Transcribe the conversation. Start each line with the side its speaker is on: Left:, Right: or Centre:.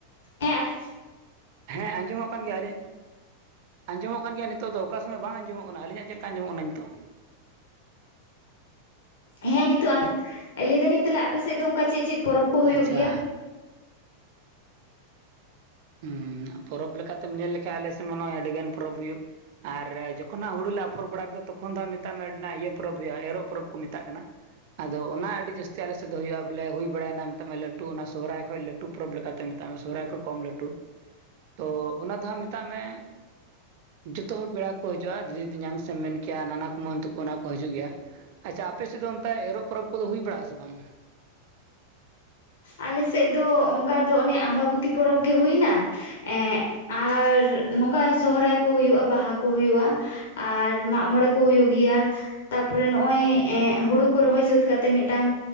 Left: ᱦᱮᱸ
Right: ᱦᱮᱸ ᱟᱸᱡᱚᱢ-ᱚᱜ ᱠᱟᱱ ᱜᱮᱭᱟ ᱟᱹᱞᱤᱧ ᱟᱸᱡᱚᱢ-ᱚᱜ ᱠᱟᱱ ᱜᱮᱭᱟ ᱱᱤᱛᱚᱜ ᱫᱚ ᱚᱠᱟ ᱥᱚᱢᱚᱭ ᱵᱟᱝ ᱟᱸᱡᱚᱢ-ᱚᱜ ᱠᱟᱱᱟ? ᱟᱹᱞᱤᱧᱟᱜ ᱪᱮᱫ ᱞᱮᱠᱟ ᱟᱸᱡᱚᱢ -ᱚᱜ ᱠᱟᱱᱟ ᱱᱤᱛᱚᱜ?
Left: ᱦᱮᱸ ᱱᱤᱛᱚᱜ <unintelligible> ᱞᱟᱹᱭ ᱫᱟᱹᱞᱤᱧ ᱛᱟᱞᱦᱮ ᱟᱯᱮ ᱥᱮᱫ ᱫᱚ ᱚᱱᱠᱟ ᱪᱮᱫ ᱪᱮᱫ ᱯᱚᱨᱚᱵᱽ ᱠᱚ ᱦᱩᱭᱩᱜ
Right: ᱟᱪᱪᱷᱟ
Left: ᱜᱮᱭᱟ?
Right: ᱦᱩᱸᱻ ᱯᱚᱨᱚᱵᱽ ᱞᱮᱠᱟᱛᱮᱢ ᱧᱮᱞ ᱞᱮᱠᱷᱟᱡ ᱟᱞᱮ ᱥᱮᱫ ᱢᱟ ᱱᱚᱜᱚᱭ ᱟᱹᱰᱤ ᱜᱟᱱ ᱯᱚᱨᱚᱵᱽ ᱦᱩᱭᱩᱜ ᱟᱨ ᱡᱚᱠᱷᱚᱱ ᱦᱟᱸᱜ ᱦᱩᱲᱩ ᱞᱮ ᱟᱯᱷᱚᱨ ᱵᱟᱲᱟ ᱠᱮᱫᱟ ᱛᱚᱠᱷᱚᱱ ᱫᱚᱟᱸᱜ ᱢᱮᱛᱟᱜ ᱢᱮ ᱤᱭᱟᱹ ᱯᱚᱨᱚᱵᱽ ᱦᱩᱭᱩᱜᱼᱟ ᱮᱨᱚᱜ ᱯᱚᱨᱚᱵᱽ ᱠᱚ ᱢᱮᱛᱟᱜ ᱠᱟᱱᱟ ᱟᱫᱚ ᱚᱱᱟ ᱟᱹᱰᱤ ᱡᱟᱹᱥᱛᱤ ᱟᱞᱮ ᱥᱮᱫ ᱫᱚ ᱦᱩᱭᱩᱜᱼᱟ ᱵᱚᱞᱮ ᱦᱩᱭ ᱵᱟᱲᱟᱭᱮᱱᱟ ᱢᱮᱛᱟᱢᱟ ᱞᱟᱹᱴᱩ ᱚᱱᱟ ᱥᱚᱦᱨᱟᱭ ᱠᱷᱚᱡ ᱞᱟᱹᱴᱩ ᱞᱟᱹᱴᱩ ᱯᱚᱨᱚᱵᱽ ᱞᱮᱠᱟᱛᱮ ᱢᱮᱛᱟᱜ ᱢᱮ ᱥᱚᱦᱚᱨᱟᱭ ᱠᱚ ᱠᱚᱢ ᱞᱟᱹᱴᱩ ᱛᱚ ᱚᱱᱟ ᱫᱚ ᱦᱟᱸᱜ ᱢᱮᱛᱟᱜ ᱢᱮ ᱡᱚᱛᱚ ᱦᱚᱲ ᱯᱮᱲᱟ ᱠᱚ ᱦᱤᱡᱩᱜᱼᱟ ᱫᱤᱫᱤ ᱛᱤᱧᱟᱝ ᱥᱮᱢ ᱢᱮᱱ ᱠᱮᱭᱟ ᱱᱟᱱᱟ ᱠᱩᱢᱟᱝ ᱛᱟᱠᱚ ᱚᱱᱟ ᱠᱚ ᱦᱤᱡᱩᱜ ᱜᱮᱭᱟ ᱟᱪᱪᱷᱟ ᱟᱯᱮ ᱥᱮᱫ ᱫᱚ ᱚᱱᱛᱮ ᱮᱨᱚᱜ ᱯᱚᱨᱚᱵᱽ ᱠᱚᱫᱚ ᱦᱩᱭ ᱵᱟᱲᱟᱜᱼᱟᱥᱮ ᱵᱟᱝ
Left: ᱟᱞᱮᱥᱮᱫ ᱫᱚ ᱚᱝᱠᱟ ᱫᱚ ᱚᱱᱮ ᱟᱢᱵᱟᱵᱚᱛᱤ ᱯᱚᱨᱚᱵᱽ ᱜᱮ ᱦᱩᱭᱱᱟ ᱮᱸᱜ ᱟᱨ ᱱᱚᱝᱠᱟ ᱥᱚᱦᱚᱨᱟᱭ ᱠᱚ ᱦᱩᱭᱩᱜᱼᱟ ᱵᱟᱦᱟ ᱠᱚ ᱦᱩᱭᱩᱜᱼᱟ ᱟᱨ ᱢᱟᱜ ᱢᱚᱬᱮ ᱠᱚ ᱦᱩᱭᱩᱜ ᱜᱮᱭᱟ ᱛᱟᱯᱚᱨᱮ ᱱᱚᱜ-ᱚᱭ ᱮᱸᱜ ᱦᱩᱲᱩ ᱠᱚ ᱨᱚᱦᱚᱭ ᱥᱟᱹᱛ ᱠᱟᱛᱮᱜ ᱢᱤᱫᱴᱟᱝ